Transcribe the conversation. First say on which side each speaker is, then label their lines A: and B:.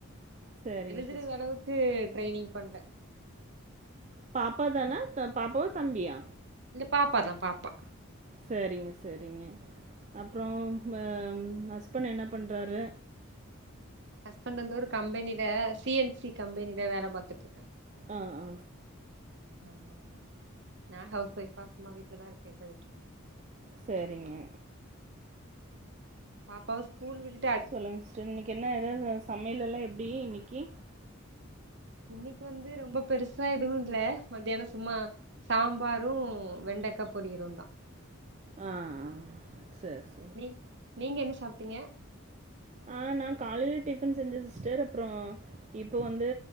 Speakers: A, on the right (about 35°); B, on the right (about 55°).
A: செரிங்
B: சிறிதளவுக்கு ட்ரைனிங் பண்றே
A: பாப்பா தானே த பாப்பாவா தம்பியா
B: இல்ல பாப்பாதா பாப்பா
A: செரிங்க செரிங்க அப்றோம் பம் ஹஸ்பண்ட் என்ன பண்றாரு
B: ஹஸ்பண்டு வந்து ஒரு கம்பெனில சி என் சி கம்பெனில வேல பாத்துட்டு இருக்கா
A: ஆ ஆ
B: ஆமா ஆமா நா ஹவுஸ் ஒய்ஃபா சும்மா வீட்லதா இருக்க இப்போதைக்கி
A: செரிங்க
B: பாப்பாவ ஸ்கூல் விட்
A: சொல்லுங்க சிஸ்டர் இன்னைக்கு என்ன ஏதாவது சமையல் எல்லாம் எப்டி இன்னைக்கி
B: இன்னைக்கு வந்து ரொம்ப பெருசா எதுவு இல்ல மத்யானோ சும்மா சாம்பாரு வெண்டக்கா பொரியலுந்தா
A: ஆ ஆ செரி
B: நீ நீங்க என்ன சாப்ட்டீங்க
A: ஆ நான் காலையில டிபன் செஞ்சே சிஸ்டர் அப்றம் இப்ப வந்து